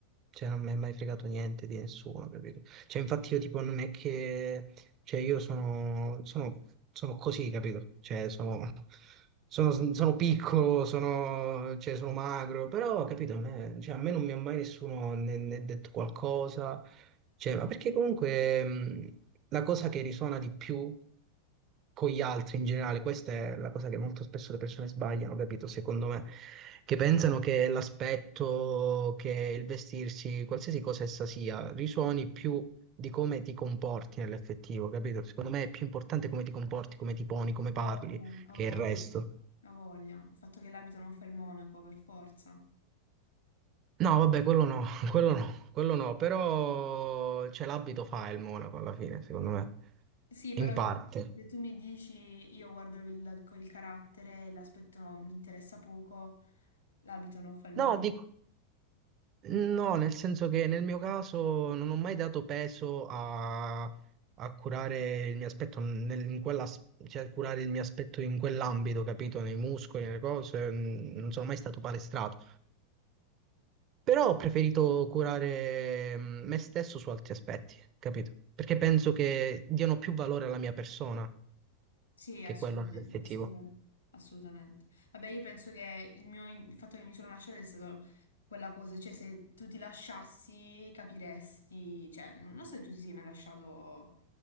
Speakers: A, on the right; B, on the left.
A: cioè, non mi è mai fregato niente di nessuno, capito? Cioè, infatti io tipo non è che, cioè io sono, sono, sono così, capito? Cioè, sono, sono, sono piccolo, sono, cioè, sono magro, però, capito, a me, cioè, a me non mi ha mai nessuno né, né detto qualcosa, cioè, ma perché comunque mh, la cosa che risuona di più con gli altri in generale, questa è la cosa che molto spesso le persone sbagliano, capito? Secondo me, che pensano che l'aspetto, che il vestirsi, qualsiasi cosa essa sia, risuoni più di come ti comporti nell'effettivo, capito? Secondo me è più importante come ti comporti, come ti poni, come
B: voglia,
A: parli,
B: ha
A: che
B: voglia,
A: il resto.
B: ha voglia. Il fatto che l'abito non fa il monaco, per forza.
A: No, vabbè, quello no, <laughs> quello no, quello no, però cioè, l'abito fa il monaco alla fine, secondo me,
B: Sì, però
A: in
B: se
A: parte.
B: tu, se tu mi dici io guardo il, il carattere, l'aspetto mi interessa poco, l'abito non fa il
A: No,
B: monaco.
A: di- No, nel senso che nel mio caso non ho mai dato peso a, a curare il mio aspetto, nel- in quella, cioè a curare il mio aspetto in quell'ambito, capito? Nei muscoli, nelle cose, mm, non sono mai stato palestrato. Però
B: Mm.
A: ho preferito curare mm, me stesso su altri aspetti, capito? Perché penso che diano più valore alla mia persona,
B: Sì,
A: che
B: assolutamente,
A: quello è l'effettivo.
B: assolutamente, assolutamente. Vabbè, io penso che il mio, il fatto che mi sono lasciata è stato quella cosa, cioè se tu ti lasciassi capiresti, cioè non lo so se tu ti sei mai lasciato